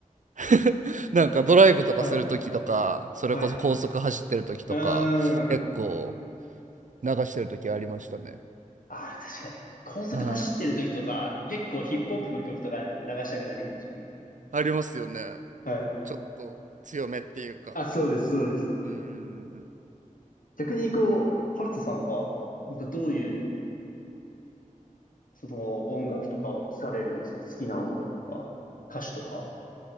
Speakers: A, on the right; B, on the left.
A: <laughs> なんかドライブとかするときとか、
B: はい。
A: それこそ高速走ってるときとか、
B: はい。うーん。
A: 結構流してるときありましたね。
B: あ、確かに。高速走ってる時とか、
A: はい。
B: 結構ヒップホップの曲とか流したくなります。
A: ありますよね。
B: はい。
A: ちょっと強めっていうか。
B: あ、そうです、そうです。
A: うんうんうん。
B: 逆にこう、ハルトさんは、なんかどういう、その音楽とかを聞かれるんですか好きな音楽とか、歌手とか。